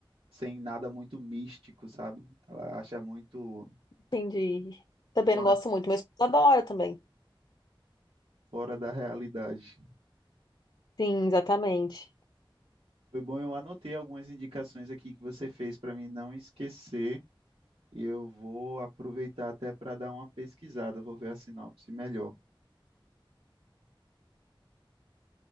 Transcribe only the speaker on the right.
sem nada muito místico, sabe? Ela acha muito
fora,
fora da realidade.
Foi bom, eu anotei algumas indicações aqui que você fez para mim não esquecer. e eu vou aproveitar até para dar uma pesquisada, vou ver a sinopse melhor.